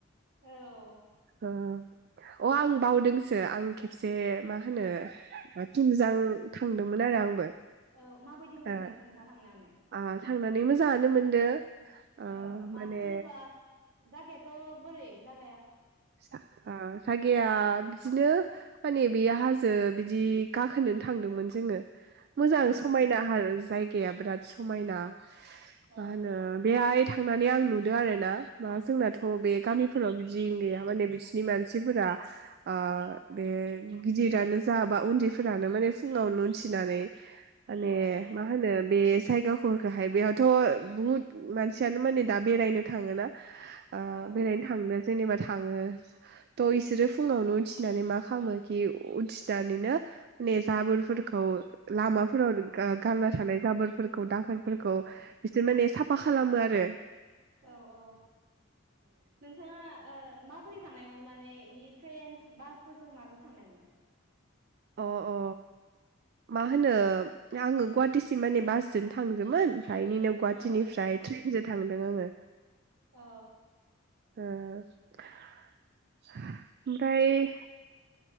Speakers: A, on the right (about 75°); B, on the right (about 50°).
A: औ
B: ओ अ आं बावदोंसो आं खेबसे मा होनो थुमजां थांदोंमोन आरो आंबो।
A: औ माबायदि मोनखो
B: ओ
A: नोंथाङा थांनानै?
B: आ थांनानै मोजाङानो मोनदो ओ
A: औ मा
B: माने
A: जेनेबा जागायाथ' बोरै जा
B: जा ओ जागाया बिदिनो माने बे हाजो बिदि गाखोनो थांदोंमोन जोङो। मोजां
A: ओं
B: समायना हा जायगाया बिराद समायना मा
A: औ
B: होनो बेहाय थां थांनानै आं नुदों आरो ना मा जोंनाथ' बे गामिफोराव बि जिं गैया माने बिसिनि मानसिफोरा ओ बे गिदिरानो जा बा उन्दैफोरानो माने फुङावनो थिनानै माने
A: औ
B: मा होनो बे जायगाफोरखोहाय बेहद थ बुहुद मानसियानो माने दा बेरायनो थाङोना ओ
A: औ
B: बेरायनो थांदों जेनेबा थाङो थ इसोरो फुङावनो उथिनानै मा खालामो खि उथिनानैनो माने जाबोरफोरखौ लामाफोराव गा -गारना थानाय जाबोरफोरखौ दाखोरफोरखौ बिसोर माने साफा खालामो आरो
A: औ औ नोंथाङा। ओ माबोरै थांनायमोन माने। ए इदि ट्रेन बासफोरजों माजों थांनायमोन।
B: अ अ मा होनो आङो गुवाहाटिसिम माने बासजों थांजोमोन। फायनिनोनो गुवाहाटिनिफ्राय
A: औ
B: ट्रेनजों थां दों आङो।
A: औ।
B: ओ ओमफ्राय।